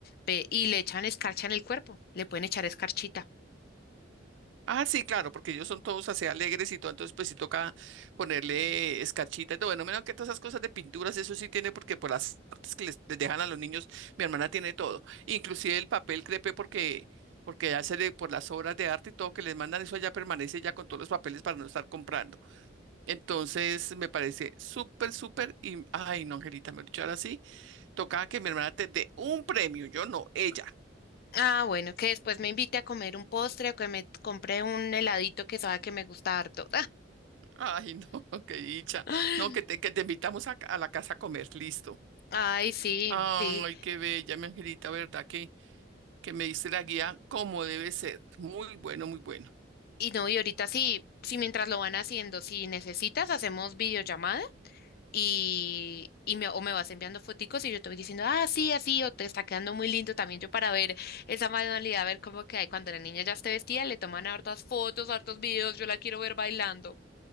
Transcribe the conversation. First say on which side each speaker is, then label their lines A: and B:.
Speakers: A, on the left (about 55°); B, on the right (about 75°).
A: Pe- y le echan escarcha en el cuerpo, le pueden echar escarchita.
B: Ah, sí, claro, porque ellos son todos así alegres y todo, entonces pues sí toca ponerle escarchita y todo. Bueno, menos que todas esas cosas de pinturas, eso sí tiene, porque por las artes que les, les dejan a los niños, mi hermana tiene todo, inclusive el papel crepe, porque porque hace de- por las obras de arte y todo que les mandan, eso allá permanece ya con todos los papeles para no estar comprando. Entonces me parece súper, súper, y ay, no, Angelita, me dicho ahora sí, toca que mi hermana te dé un premio, yo no, ella.
A: Ah, bueno, que después me invite a comer un postre o que me compre un heladito que sabe que me gusta harto.
B: Ay, no, <laughs> qué dicha.
A: <laughs>
B: No, que te, que te invitamos a, ca- a la casa a comer, listo.
A: Ay, sí,
B: Ay,
A: sí.
B: qué bella, mi angelita, ¿verdad? Que, que me diste la guía como debe ser. Muy bueno, muy bueno.
A: Y no, y ahorita sí, sí, mientras lo van haciendo, si necesitas, hacemos videollamada y, y me, o me vas enviando foticos y yo te voy diciendo, ah, sí, así, o te está quedando muy lindo también yo para ver esa manualidad, a ver cómo que hay cuando la niña ya esté vestida, le toman hartas fotos, hartos videos, yo la quiero ver bailando.